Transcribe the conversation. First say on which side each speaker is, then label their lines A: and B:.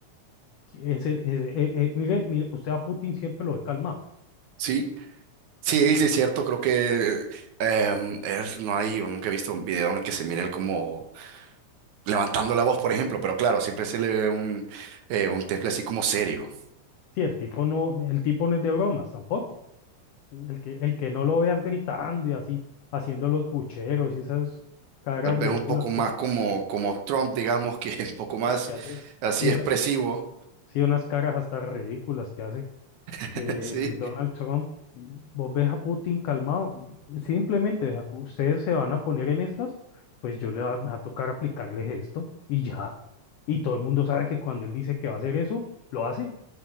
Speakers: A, on the left; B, on the right.
A: que Ese, ese- eh, eh, miren, mire, usted a Putin siempre lo he calmado.
B: Sí, sí, sí, es cierto. Creo que em, es- no hay, o nunca he visto un video en el que se mire él como levantando la voz, por ejemplo. Pero claro, siempre se le ve un, eh, un temple así como serio.
A: Sí, el tipo no, el tipo no es de bromas tampoco. El que, el que no lo veas gritando y así, haciendo los pucheros y esas caras
B: Tal vez
A: ridículas
B: un poco más
A: que, ha-
B: como, como Trump, digamos, que es un poco más
A: que hace.
B: así
A: Sí, unas,
B: expresivo.
A: sí, unas caras hasta ridículas que hace
B: <laughs>
A: eh,
B: Sí,
A: Donald Trump. Vos ves a Putin calmado, simplemente "Vea, ustedes se van a poner en estas, pues yo le va, me va a tocar aplicarles esto y ya. Y todo el mundo sabe que cuando él dice que va a hacer eso, lo hace.